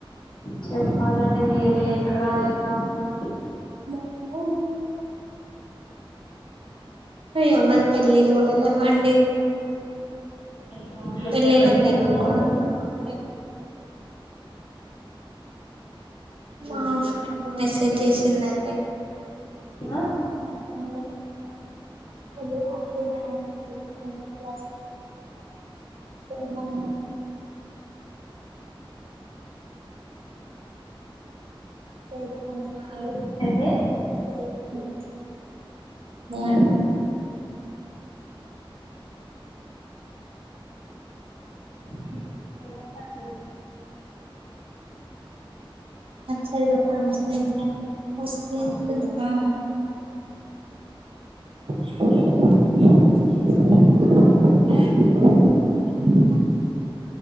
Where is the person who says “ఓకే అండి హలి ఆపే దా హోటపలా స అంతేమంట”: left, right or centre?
Right